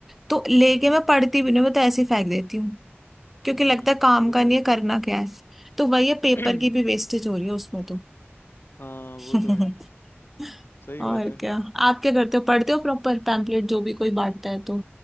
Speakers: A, in the centre; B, on the left.
A: तो लेके
B: हम्म
A: मैं पढ़ती भी नहीं मैं तो ऐसे ही फेंक देती हूँ क्योंकि
B: हम्म
A: लगता है काम
B: वो
A: का
B: तो
A: नहीं
B: है
A: है करना क्या है तो वही है पेपर
B: <clears throat>
A: की भी वेस्टेज हो रही है उसमें तो
B: हाँ
A: <laughs>
B: वो तो है सही
A: और
B: बात है
A: क्या आप क्या करते हो पढ़ते हो प्रॉपर पैम्पलेट जो भी कोई बांटता है तो